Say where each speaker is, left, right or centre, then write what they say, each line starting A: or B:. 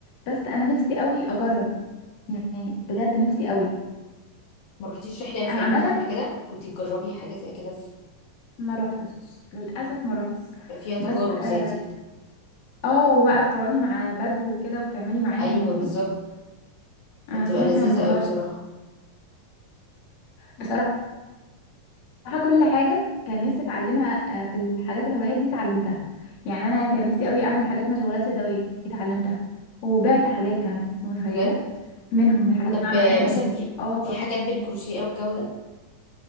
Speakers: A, on the left (about 55°); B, on the left (about 80°).
A: بس انا نفسي قوي اجرب يعني بجد نفسي قوي
B: ما رحتيش رحلة الفيوم
A: انا عامه
B: قبل كده كنت تجربي حاجة زي كده في
A: ما روحتش للاسف
B: بيبقى
A: ما روحتش
B: فيها تجارب
A: بس اه
B: زي دي
A: آه، وبقى بتقعدي مع بدو وكده وبتعملي معاهم
B: ايوه
A: وك-
B: بالظبط
A: وف- انا
B: فبتبقى
A: سمعت
B: لذيذة
A: عن الموضوع
B: أوي بصراحة
A: ده. بصراحه صراحة كل حاجة كان نفسي اتعلمها آه، في الحاجات الهوايات دي اتعلمتها يعني انا كان نفسي قوي اعمل حاجات مشغولات يدوية اتعلمتها وبعت حاجات كمان انت متخيلة
B: بجد
A: منهم من الحاجات
B: طب
A: اللي أنا عملتها
B: آه،
A: بايدي
B: مثلا في
A: اه والله
B: في حاجات بالكروشيه او الجو ده